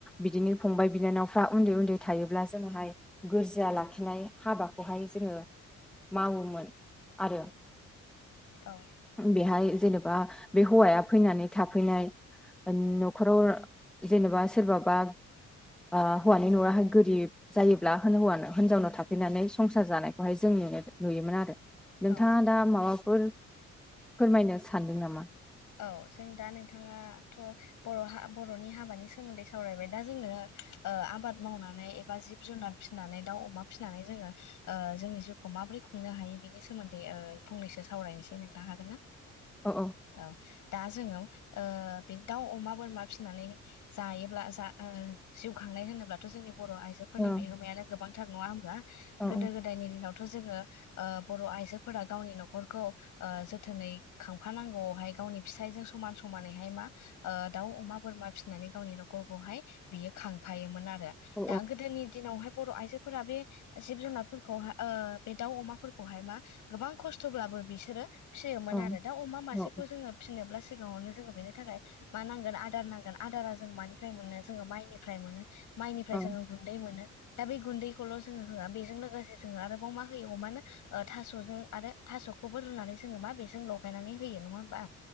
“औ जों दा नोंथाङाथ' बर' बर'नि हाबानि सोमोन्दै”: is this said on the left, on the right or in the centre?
Left